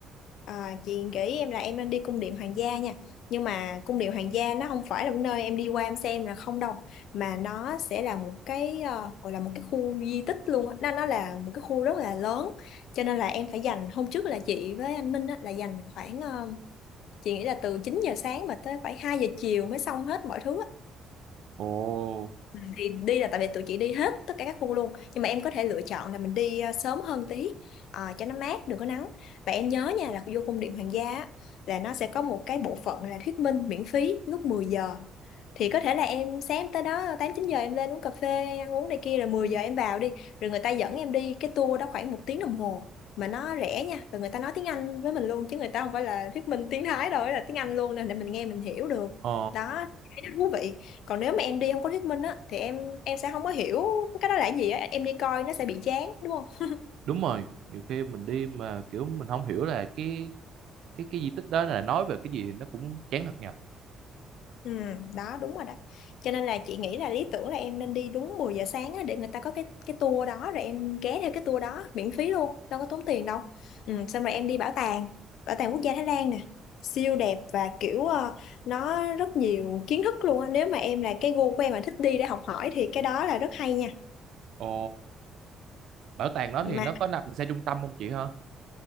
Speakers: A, on the left; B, on the right.
A: À, chị gợi ý em là em nên đi cung điện hoàng gia nha nhưng mà cung điện hoàng gia nó không phải là một nơi em đi qua em xem là không đâu mà nó sẽ là một cái ờ, gọi là một cái khu di tích luôn á. nó nó là một cái khu rất là lớn cho nên là em phải dành hôm trước là chị với anh Minh á, là dành khoảng ờ, chị nghĩ là từ 9 giờ sáng mà tới phải 2 giờ chiều mới xong hết mọi thứ á.
B: ồ.
A: Ừ. thì đi là tại vì tụi chị đi hết tất cả các khu luôn nhưng mà em có thể lựa chọn là mình đi à, sớm hơn tí à, cho nó mát đừng có nắng và em nhớ nha là vô cung điện Hoàng gia á, là nó sẽ có một cái bộ phận là thuyết minh miễn phí lúc 10 giờ thì có thể là em sáng tới đó 8 9 giờ em lên uống cà phê ăn uống này kia rồi 10 giờ em vào đi rồi người ta dẫn em đi cái tour đó khoảng một tiếng đồng hồ mà nó rẻ nha và người ta nói tiếng Anh với mình luôn chứ người ta không phải là thuyết minh tiếng Thái đâu là tiếng Anh luôn nên để mình nghe mình hiểu được
B: Ờ.
A: đó thấy nó thú vị còn nếu mà em đi không có thuyết minh á thì em em sẽ không có hiểu cái đó là cái gì á em đi coi nó sẽ bị chán đúng không
B: đúng rồi nhiều khi mình đi mà kiểu mình không hiểu là cái cái cái di tích đó là nói về cái gì thì nó cũng chán thật nhờ
A: ừ đó đúng rồi đó cho nên là chị nghĩ là lý tưởng là em nên đi đúng 10 giờ sáng á để người ta có cái cái tour đó rồi em ghé theo cái tour đó miễn phí luôn đâu có tốn tiền đâu ừ xong rồi em đi bảo tàng bảo tàng quốc gia Thái Lan nè siêu đẹp và kiểu ờ, nó rất nhiều kiến thức luôn á nếu mà em là cái gu của em mà thích đi để học hỏi thì cái đó là rất hay nha
B: ồ bảo tàng đó
A: Mà
B: thì nó có nằm xa trung tâm không chị hả